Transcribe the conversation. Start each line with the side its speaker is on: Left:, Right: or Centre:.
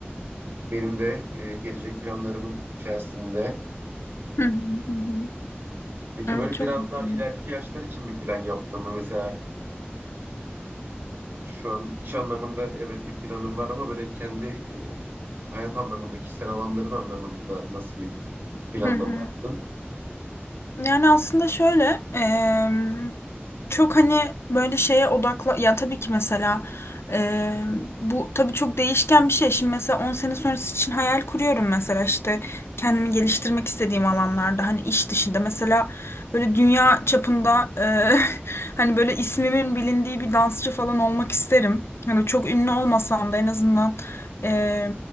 Right: e, benim de e, gelecek planlarımın içerisinde.
Left: Hı hı, hı hı.
Right: Peki
Left: Evet,
Right: böyle
Left: çok
Right: biraz
Left: güzel.
Right: daha ileriki yaşlar için bir plan yaptın mı? Mesela Şu an iş anlamında evet bir planım var ama böyle kendi e, hayat anlamında, kişisel alanların anlamında da nasıl bir planlama
Left: Hı hı.
Right: yaptın?
Left: Yani aslında şöyle em, çok hani böyle şeye odakla Ya tabii ki mesela em, bu tabii çok değişken bir şey. Şimdi mesela 10 sene sonrası için hayal kuruyorum mesela işte kendimi geliştirmek istediğim alanlarda hani iş dışında mesela böyle dünya çapında e, <laughs> hani böyle ismimin bilindiği bir dansçı falan olmak isterim. Hani çok ünlü olmasam da en azından e,